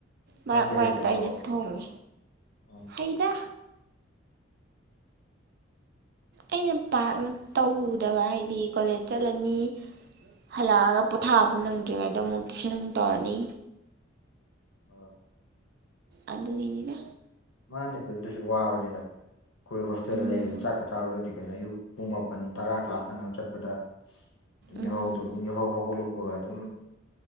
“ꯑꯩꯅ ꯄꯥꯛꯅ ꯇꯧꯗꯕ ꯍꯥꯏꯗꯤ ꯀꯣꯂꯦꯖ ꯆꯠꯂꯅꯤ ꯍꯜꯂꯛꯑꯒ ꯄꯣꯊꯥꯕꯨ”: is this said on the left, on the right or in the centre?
Right